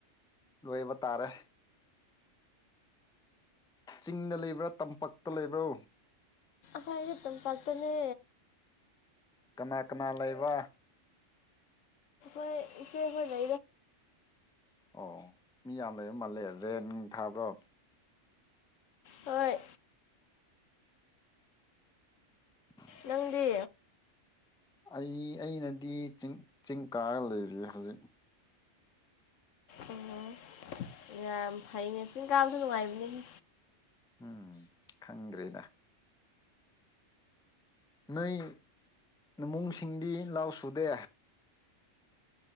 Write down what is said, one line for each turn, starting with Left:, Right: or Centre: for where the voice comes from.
Centre: ꯂꯣꯏꯕ ꯇꯥꯔꯦ ꯆꯤꯡꯗ ꯂꯩꯕ꯭ꯔꯥ ꯇꯝꯄꯛꯇ ꯂꯩꯕ꯭ꯔꯣ
Left: ꯈꯏꯗꯤ ꯇꯝꯄꯥꯛꯥꯛꯇꯅꯦ
Centre: ꯀꯅꯥ ꯀꯅꯥ ꯂꯩꯕ
Left: ꯑꯩꯣꯏ ꯁꯤꯦ ꯍ ꯆꯗ
Centre: ꯑꯣ ꯃꯤ ꯌꯥꯝ ꯂꯩꯕ ꯃꯥꯜꯂꯦ ꯔꯦꯟ ꯊꯥꯕ꯭ꯔꯣ
Left: ꯍꯣꯏ
Centre: ꯎ
Left: ꯅꯪꯗꯤ
Centre: ꯑꯩ ꯑꯩꯅꯗꯤ ꯆꯤꯡ ꯆꯤꯡ ꯀꯥꯒ ꯂꯩꯔꯦ ꯍꯧꯖꯤꯛ
Left: ꯎꯝ ꯌꯥꯝ ꯐꯩꯅꯦ ꯆꯤꯡ ꯀꯥꯕꯁꯨ ꯅꯨꯡꯉꯥꯏꯕꯅꯤ
Centre: ꯎꯝ ꯈꯪꯗ꯭ꯔꯦꯗ ꯅꯣꯏ ꯏꯃꯨꯡꯁꯤꯡꯗꯤ ꯂꯥꯎ ꯁꯨꯗꯦ